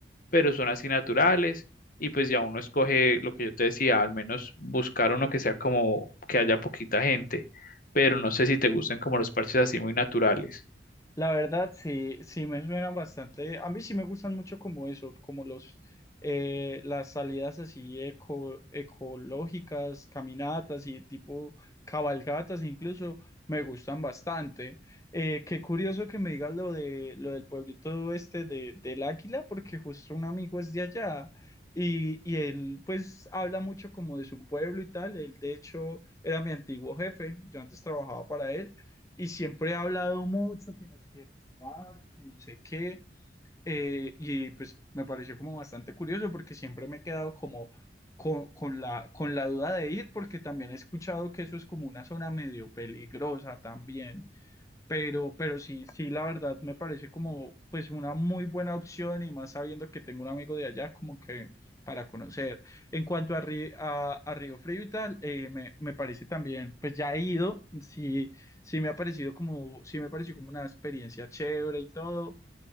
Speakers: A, on the left (about 50°); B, on the left (about 15°).
A: pero son así naturales y pues ya uno escoge lo que yo te decía, al menos buscar uno que sea como que haya poquita gente, pero no sé si te gusten como los parches así muy naturales.
B: La verdad, sí, sí me suena bastante. A mí sí me gustan mucho como eso, como los eh, las salidas así eco, ecológicas, caminatas y tipo cabalgatas incluso me gustan bastante. Eh, qué curioso que me digas lo de lo del pueblito este de, del Águila, porque justo un amigo es de allá. Y, y él pues habla mucho como de su pueblo y tal. Él de hecho era mi antiguo jefe. Yo antes trabajaba para él y siempre ha hablado mucho que nos quiere llevar, que no sé qué. eh, y pues me pareció como bastante curioso porque siempre me he quedado como con, con la, con la duda de ir porque también he escuchado que eso es como una zona medio peligrosa también. Pero, pero sí, sí, la verdad me parece como pues una muy buena opción y más sabiendo que tengo un amigo de allá como que para conocer. En cuanto a, Ri- a, a Río Frío y tal, eh, me, me parece también, pues ya he ido, sí, sí me ha parecido como, sí me pareció como una experiencia chévere y todo,